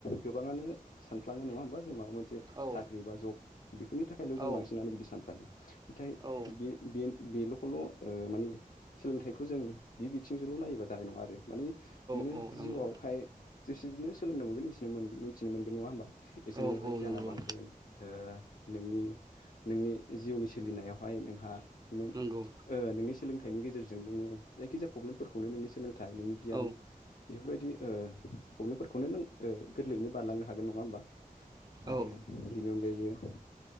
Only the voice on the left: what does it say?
गोबाङानो सानफ्लाङो नङा होमबा जों माबा मोनसे
साख्रि बा जब बेफोरनि थाखायल' जों
बांसिनानो बिदि सानफ्लाङो
बे <unintelligible> बेल'खौल' ओ माने सोलोंथाइखौ जों बे बिथिंजोंल' नायोबा जानाय नङा आरो। मानि नोंङो
जिउआवहाय
जेसेबनो सोलोंनो मोनगोन एसेनो मोनथिनो मोनगोन नङा होमबा एसनो
नोंहा
गियाना
बांगोन ओ नोंनि नोंनि जिउनि सोलिनायावहाय नोंहा नों
ओ नोंनि सोलोंथाइनि गेजेरजों नोंङो जायखिजाया प्रब्लेमफोरखौनो नोंनि सोलोंथाइ नोंनि गियान
बेफोरबायदि ओ प्रब्लेमफोरखौनो नों ओ गोरलैयैनो बारलांनो हागोन नङा होमबा। आरो
बेनि अनगायैबो